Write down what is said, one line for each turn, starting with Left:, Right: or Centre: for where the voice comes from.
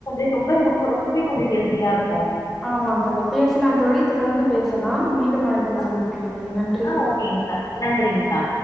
Left: <unintelligible> அப்ப ரொம்பொவே கொஞ்ச ஹெல்தியா இருக்கும்
Centre: ஆமா தொழி பேசலாம் தொழி தொடர்ந்து பேச சொலாம் மீண்டும் அழைப்புல
Left: ஆஹ்
Centre: சந்திக்கலா தோழி நன்றி
Left: ஆஹ் ஓகேங்கா நன்றிங்க்கா